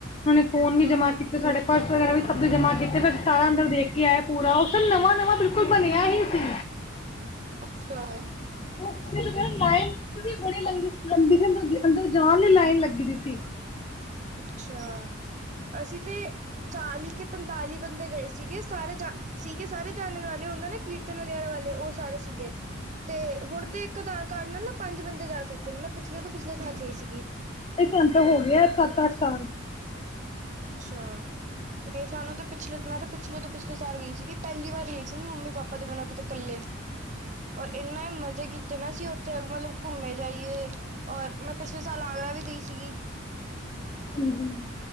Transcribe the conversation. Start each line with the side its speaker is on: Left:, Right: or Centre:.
Left: ਉਹਨਾਂ ਨੇ ਫੋਨ ਵੀ ਜਮਾ ਕੀਤੇ, ਸਾਡੇ ਪਰਸ ਵਗੈਰਾ, ਵੀ ਸਭ ਦੇ ਜਮ੍ਹਾਂ ਕੀਤੇ ਫਿਰ, ਸਾਰਾ ਅੰਦਰ ਦੇਖ ਕੇ ਆਇਆ ਪੂਰਾ, ਉਹ ਸਿਰ ਨਵਾਂ ਵਾਂ ਬਿਲਕੁਲ ਬਣਿਆ ਹੀ ਸੀ।
Right: ਅੱਛਾ
Left: ਉਹ ਲਾਈਨ ਵੀ, ਬੜੀ ਲੰਬੀ ਸੀ, ਅੰਦਰ ਜਾਣ ਦੀ ਲਾਈਨ ਲੱਗੀ, ਸੀ
Right: ਅੱਛਾ, ਅਸੀਂ ਤੇ ਚਾਲੀ ਕੇ ਪੰਤਾਲੀ ਬੰਦੇ ਗਏ ਸੀਗੇ ਸਾਰੇ ਜਾ ਸੀਗੇ ਸਾਰੇ ਜਾਣਣ ਵਾਲੇ ਹੁੰਦੇ ਨਾ ਕੀ ਕੀਰਤਨ ਵਗੈਰਾ ਵਾਲੇ ਉਹ ਸਾਰੇ ਸੀਗੇ। ਤੇ ਹੁਣ ਤੇ ਇੱਕ ਆਧਾਰ ਕਾਰਡ ਨਾਲ ਨਾ ਪੰਜ ਬੰਦੇ ਜਾ ਸਕਦੇ ਨੇ। ਮੈਂ ਪਿਛਲੇ ਤੋਂ ਪਿਛਲੇ ਸਾਲ ਗਈ ਸੀਗੀ।
Left: ਤੇ ਸਾਨੂੰ ਹੋ ਗਏ, ਸਤ ਅੱਠ ਸਾਲ
Right: ਅੱਛਾ ਨਹੀਂ ਸਾਨੂੰ ਤਾਂ ਪਿਛਲੇ ਮੈਂ ਤਾਂ ਪਿਛਲੇ ਤੋਂ ਪਿਛਲੇ ਸਾਲ ਗਈ ਸੀਗੀ ਪਹਿਲੀ ਵਾਰ ਗਈ ਸੀ ਮ ਮੰਮੀ ਪਾਪਾ ਦੇ ਬਿਨਾਂ ਕਿਤੇ। ਇਕੱਲੇ ਔਰ ਇੰਨਾ ਮਜ਼ੇ ਕੀਤੇ ਨਾ ਸੀ ਉੱਥੇ ਮਤਲਬ ਘੁੰਮੇ ਜਾਈਏ। ਔਰ ਮੈਂ ਪਿਛਲੇ ਸਾਲ ਆਗਰਾ ਵੀ ਗਈ ਸੀਗੀ।
Left: ਹਾਂਜੀ।